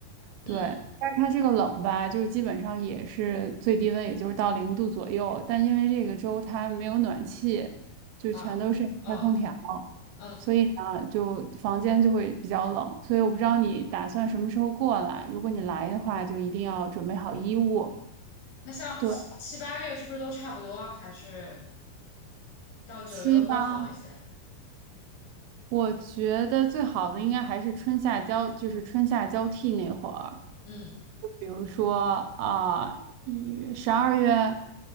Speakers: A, on the left; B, on the right.
A: 嗯，
B: 对，但是它这个冷吧，就是基本上也是最低温，也就是到零度左右。但因为这个州它没有暖气，就全都是开空调，
A: 啊，哦嗯，
B: 所以呢，就房间就会比较冷。所以我不知道你打算什么时候过来，如果你来的话，就一定要准备好衣物。
A: 那像七八月是不是都差不多？
B: 对。
A: 还是到九月会好一些？
B: 七八我觉得最好的应该还是春夏交，就是春夏交替那会儿，
A: 嗯
B: 就比如说啊，一月、十二月、